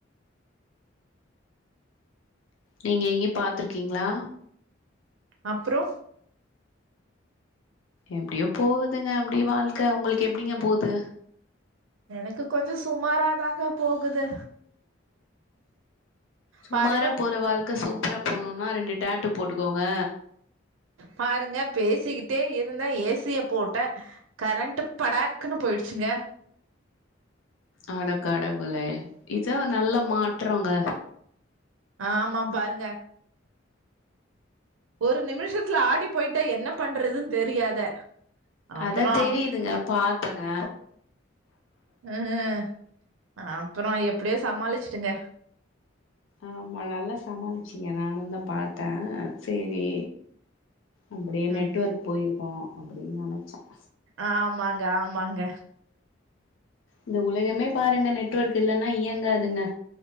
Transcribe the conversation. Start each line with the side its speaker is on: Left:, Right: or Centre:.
Left: நீங்க எங்கேயு பாத்துருக்கீங்ளா
Right: அப்றோ
Left: எப்டியோ போகுதுங்க அப்டியே வாழ்க்க உங்களுக்கு எப்டிங்க போது
Right: எனக்கு கொஞ்ச சுமாராதாங்க போகுது
Left: சுமாரா
Right: பாருங்க
Left: போற வாழ்க்கை சூப்பரா போணுன்னா ரெண்டு டேட்டு போட்டுக்கோங்க
Right: பாருங்க பேசிக்கிட்டே இருந்தே ஏசிய போட்ட கரண்ட் படாகுனு போயிடுச்சுங்க
Left: அட கடவுளே இதான் நல்லா மாற்றன்ங்க
Right: ஆ் ஆமா பாருங்க ஒரு நிமிஷத்துல ஆடி போயிட்ட என்ன பண்றதுன்னு தெரியாத அப்றோ
Left: அதா தெரியுதுங்க பாத்தங்க
Right: ம் அப்றம் எப்டியோ சமாளிச்சுட்டுங்க
Left: ஆமா நல்லா சமாளிச்சீங்க நானும் தா பாத்தே சரி அப்டியே நெட்ஒர்க்
Right: ம்
Left: போயிருக்கும் அப்டின்னு நனச்சேன்
Right: ஆமாங்க ஆமாங்க
Left: இந்த உலகமே பாருங்க நெட்ஒர்க் இல்லன்னா இயங்காதுங்க